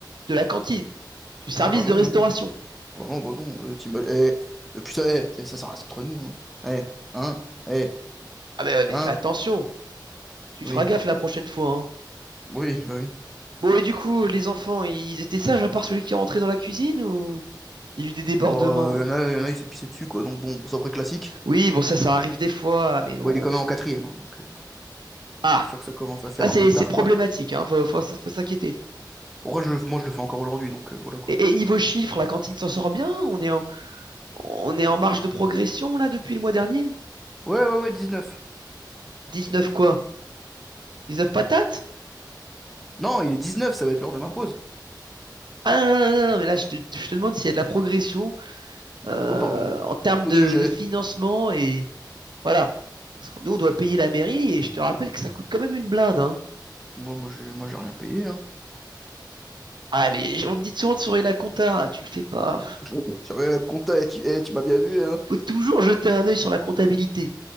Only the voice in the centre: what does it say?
Ah bah non,
non. Bah non, bah non. Euh, t'ima- eh, euh, putain, eh, ça, ça, ça reste entre nous, hein. Eh, hein, eh,
hein,
oui,
oui, bah oui.
Bon, euh,
y en a, y en a, il s'est pissé dessus, quoi, donc bon, bon, c'est à peu près classique.
Bon, il est quand même
en quatrième, hein, donc euh,
c'est sûr que ça commence à faire
un peu tard,
quoi.
Moi, je, le- moi, je le fais encore aujourd'hui, donc euh, voilà quoi.
Ouais, ouais, ouais, dix neuf
Non, il est dix neuf ça va être l'heure de ma pause.
Oh, pardon.
Oh,
de jet.
Bon, moi, j'ai, moi, j'ai rien payé, hein.
<laughs> Sur le compta, eh, tu, eh, tu m'as bien vu, hein.